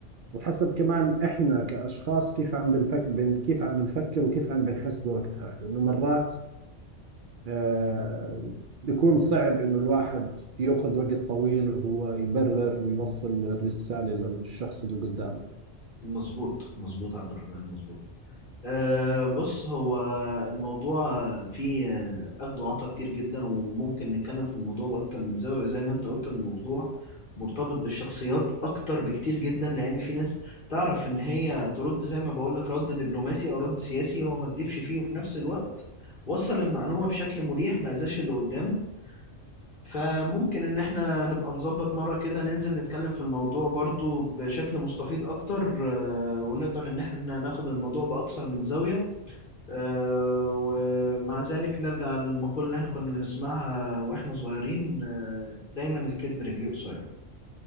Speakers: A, on the right (about 60°); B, on the left (about 45°).
A: وحسب كمان إحنا كأشخاص كيف عم بنفكر بن كيف عم بنفكر وكيف عم بنحس بوقتها لأنه مرات آه بيكون صعب إنه الواحد يأخذ وقت طويل وهو يبرر ويوصل الرسالة للشخص اللي قدامه
B: مظبوط مظبوط يا عبد الرحمن مظبوط أه بص هو الموضوع فيه آه، أخد وعطا كتير جدا وممكن نتكلم في الموضوع بأكتر من زاوية زي ما أنت قلت الموضوع مرتبط بالشخصيات أكتر بكتير جدا لأن في ناس تعرف إن هي ترد زي ما بقولك رد دبلوماسي أو رد سياسي هو ما كدبش فيه وفي نفس الوقت وصل المعلومة بشكل مريح ما أذاش اللي قدامه فممكن إن إحنا نبقى نظبط مرة كده ننزل نتكلم في الموضوع برضو بشكل مستفيض أكتر آه، ونقدر إن إحنا ناخد الموضوع بأكثر من زاوية آه، ومع ذلك نرجع للمقولة اللي احنا كنا بنسمعها واحنا صغيرين آه، دايما الكذب رجليه قصير